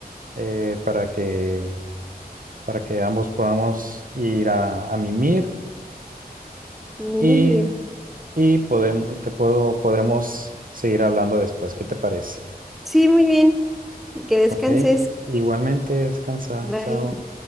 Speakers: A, on the right; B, in the centre.
A: eh, para que, para que ambos podamos ir a, a mimir
B: Muy
A: y,
B: bien.
A: y podemos, te puedo, podemos seguir hablando después. ¿Qué te parece?
B: Sí, muy bien. Que descanses.
A: Ok, igualmente descansa.
B: Bye.
A: Chao.